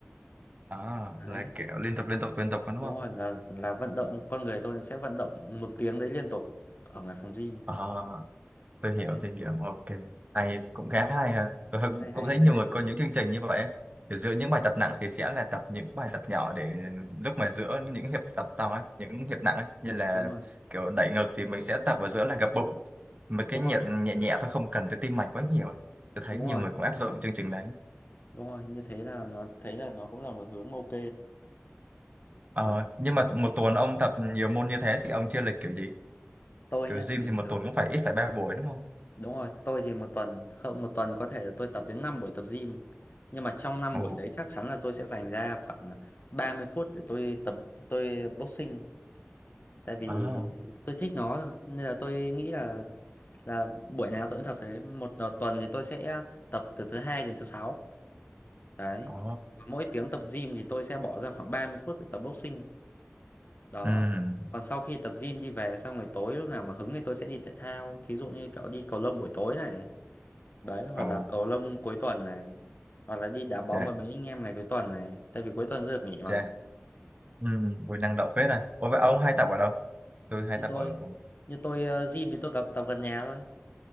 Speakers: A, on the right; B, on the left.
A: ờ,
B: Đấy
A: là kiểu liên tục liên tục liên tục đúng
B: Đúng
A: không?
B: rồi là là vận động con người tôi nó sẽ vận động một tiếng đấy liên tục ở ngoài phòng gym
A: Ờ, tôi
B: đấy
A: hiểu, tôi hiểu, ok. Hay, cũng khá hay à. Tôi hưng-
B: cái này
A: cũng
B: hay
A: thấy
B: mà
A: nhiều
B: cái này
A: người
B: thú
A: có
B: vị
A: những chương trình như vậy ấy. Kiểu giữa những bài tập nặng thì sẽ là tập những bài tập nhỏ để lúc mà giữa những hiệp tập to ấy, những hiệp nặng ấy. Như là
B: đúng rồi
A: kiểu đẩy ngực thì mình sẽ tập vào giữa là gập bụng. Mấy
B: đúng
A: cái nhẹ
B: rồi
A: nhẹ, nhẹ thôi không cần tới tim mạch quá nhiều. Tôi thấy
B: đúng
A: nhiều
B: rồi
A: người cũng áp dụng chương trình đấy.
B: đúng rồi như thế là nó thấy là nó cũng là một hướng ok
A: Ờ,
B: đấy
A: nhưng mà một tuần ông tập nhiều môn như thế thì ông chia lịch kiểu gì?
B: tôi
A: Kiểu
B: nhá
A: gym
B: thì bình
A: thì một
B: thường
A: tuần cũng phải ít phải ba buổi đúng không?
B: đúng rồi tôi thì một tuần không một tuần có thể là tôi tập đến 5 buổi tập gym nhưng mà trong năm
A: Ồ,
B: buổi đấy chắc chắn là tôi sẽ dành ra khoảng à, 30 phút để tôi tập tôi boxing tại vì
A: à
B: tôi thích nó thôi nên là tôi nghĩ là là buổi nào tôi cũng tập thế một tuần thì tôi sẽ tập từ thứ hai đến thứ sáu đấy
A: ờ,
B: mỗi tiếng tập gym thì tôi sẽ bỏ ra khoảng 30 phút để tập boxing đó
A: ừ,
B: còn sau khi tập gym đi về xong rồi tối lúc nào mà hứng thì tôi sẽ đi thể thao thí dụ như kiểu đi cầu lông buổi tối này đấy hoặc
A: ồ,
B: là cầu lông cuối tuần này hoặc là đi đá bóng
A: chà,
B: với mấy anh em ngày cuối tuần này tại vì cuối tuần tôi được nghỉ mà
A: chà, ừ, buổi năng động phết à. Ủa vậy ông hay tập ở đâu? Tôi hay
B: như
A: tập
B: tôi
A: ở,
B: như tôi ờ, gym thì tôi gặp tập gần nhà thôi